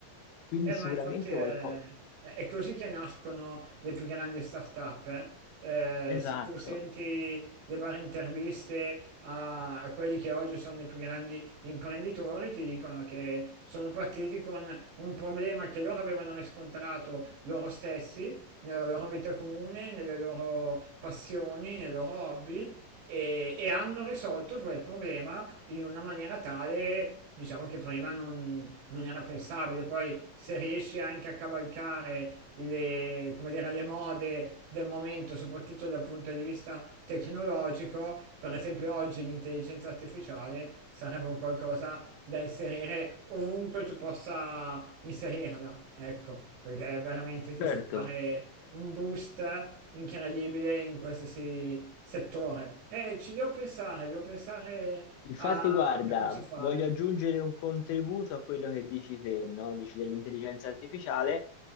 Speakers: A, on the left (about 80°); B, on the right (about 70°).
A: Quindi
B: Eh,
A: sicuramente
B: ma infatti è,
A: qualcosa
B: è- è così che nascono le più grandi start-up. eh. Eh,
A: Esatto,
B: se tu senti le varie interviste a, a quelli che oggi sono i più grandi imprenditori, ti dicono che sono partiti con un problema che loro avevano riscontrato loro stessi nella loro vita comune, nelle loro passioni, nei loro hobby e, e hanno risolto cioè, il problema in una maniera tale, diciamo che prima non, non era pensabile, poi se riesci anche a cavalcare le, come dire, le mode del momento, soprattutto dal punto di vista tecnologico, per esempio oggi l'intelligenza artificiale sarebbe un qualcosa da inserire ovunque tu possa inserirla, ecco, perché veramente ti
A: certo.
B: fa fare un boost incredibile in qualsiasi settore. E ci devo pensare, devo pensare
A: Infatti,
B: a,
A: guarda,
B: a cosa fare.
A: voglio aggiungere un contributo a quello che dici te, no? Dici dell'intelligenza artificiale.